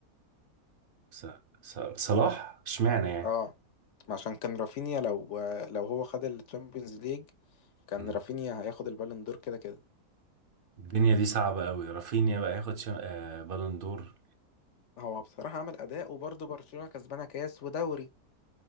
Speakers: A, on the right; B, on the left.
A: ص- ص- صلاح اشمعنى يعني
B: اه عشان كان رافينيا لو لو هو خد الشامبيونز ليج كان
A: مم.
B: رافينيا هياخد البالون دور كده كده
A: الدنيا دي صعبة قوي رافينيا بقى ياخد شم... آه بالون دور
B: هو بصراحة عمل أداء وبرضه برشلونة كسبانة كاس ودوري